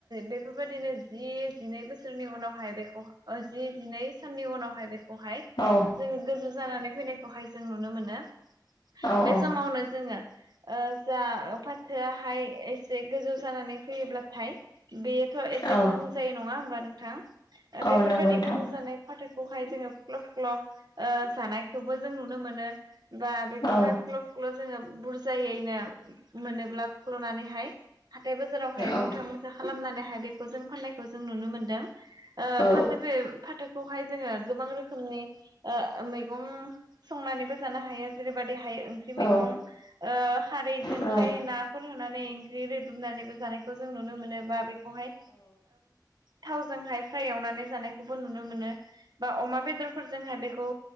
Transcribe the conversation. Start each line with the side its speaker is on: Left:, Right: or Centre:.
Right: बेफोरबायदिनो जि जिनै बोसोरनि उनावहाय बेखौ ओ जि जिनै साननि उनावहाय बेखौहाय
Left: औ
Right: जोङो गोजौ जानानै फैनायखौहाय जों नुनो मोनो
Left: औ
Right: बे
Left: औ
Right: समावनो जोङो ओ जा फाथोआहाय एसे गोजौ जानानै फैयोब्लाथाय बेयोथ' एसे
Left: औ
Right: गुबुं गुबु जायो नङा होमबा नोंथां
Left: औ
Right: बेफोरबायदि
Left: नंगौ नोंथां
Right: गुबुं जानाय फाथोखौहाय जोङो फुख्ल' फुख्ल' ओ जानायखौबो जों नुनो मोनो बा बेखौहाय
Left: औ
Right: फुख्ल' फुख्ल'जोङो बुर जायैनो मोनोब्ला फुख्ल'नानैहाय हाथाय बाजारावहाय
Left: औ
Right: मुथा मुथा खालामनानैहाय बेखौ जों फाननायखौ जों नुनो मोनदों। ओ
Left: औ
Right: फाथो बे फाथोखौहाय जोङो गोबां रोखोमनि ओ मैगं संनानैबो जानो हायो जेरैबायदिहाय ओंख्रि मैगं
Left: औ
Right: ओ खारैजोंहाय
Left: औ
Right: ना फोर होनानै ओंख्रि रोदुमनानैबो जानायखौ जों नुनो मोनो बा बेखौहाय थावजोंहाय फ्राय एवनानै जानायखौबो नुनो मोनो बा अमा बेदरफोरजोंहाय बेखौ बेखौ